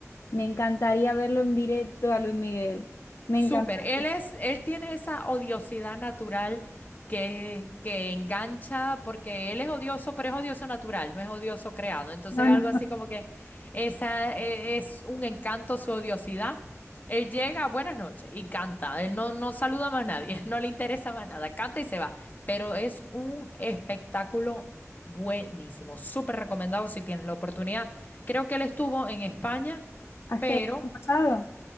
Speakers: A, on the left (about 55°); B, on the left (about 35°).
A: Me encantaría verlo en directo a Luis Miguel. Me
B: Súper,
A: encantaría.
B: él es, él tiene esa odiosidad natural que, que engancha, porque él es odioso, pero es odioso natural, no es odioso creado. Entonces,
A: No,
B: algo
A: no,
B: así como que esa eh, es un encanto su odiosidad. Él llega, buenas noches, y canta. Él no, no saluda más a nadie, <laughs> no le interesa más nada, canta y se va. Pero es un espectáculo buenísimo, súper recomendado si tienes la oportunidad. Creo que él estuvo en España,
A: hace,
B: pero
A: año pasado.